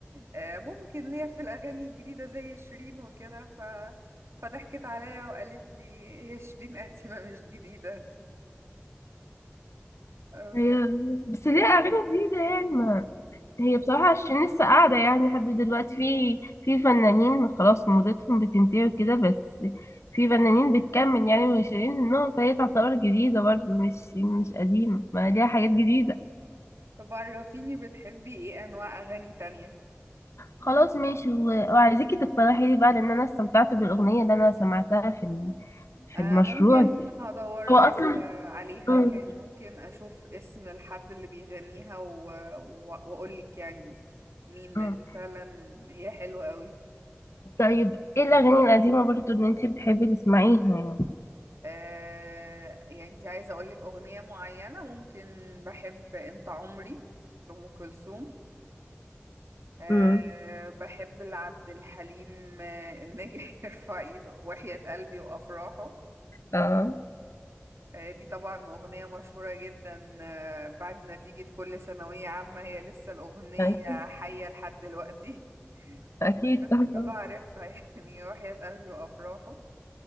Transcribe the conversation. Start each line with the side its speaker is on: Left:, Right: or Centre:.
Right: آه، ممكن ليا في الأغاني الجديدة زي شيرين وكده ف... فضحكت عليا وقالت لي هي شيرين قديمة مش جديدة آه،
Left: هي بس ليه اغاني جديدة يعني هي بصراحة عشان لسه قاعدة يعني لحد دلوقتي في في فنانين خلاص مدتهم بتنتهي وكده بس في فنانين بتكمل يعني وناشرين منهم فهي تعتبر جديدة برضه مش مش قديمة ما ليها حاجات جديدة
Right: طب عرفيني بتحبي ايه أنواع أغاني تانية
Left: خلاص ماشي و- وعايزاكي تقترحي لي بقى لأن أنا استمتعت بالأغنية اللي أنا سمعتها في ال- في
Right: آه،
Left: المشروع
Right: ممكن
Left: دي
Right: هدور
Left: هو
Right: لك
Left: أصلا
Right: آه، عليها
Left: مم.
Right: يعني ممكن أشوف اسم الحد اللي بيغنيها و... و... وأقول لك يعني مين لأن
Left: مم.
Right: فعلا هي حلوة قوي
Left: طيب ايه الأغاني القديمة برضه اللي انتي بتحبي تسمعيها يعني؟
Right: آه، يعني انت عايزة أقول لك أغنية معينة ممكن بحب أنت عمري لأم كلثوم أه
Left: مم.
Right: بحب لعبد الحليم آه، الناجح <laughs> يرفع ايده وحياة قلبي وأفراحه
Left: اه
Right: أه دي طبعا أغنية مشهورة جدا أه بعد نتيجة كل ثانوية عامة هي لسه الأغنية
Left: اكيد
Right: حية لحد دلوقتي <laughs>
Left: اكيد
Right: أعتقد
Left: طبعا
Right: كله عارفها يعني وحياة قلبي وأفراحه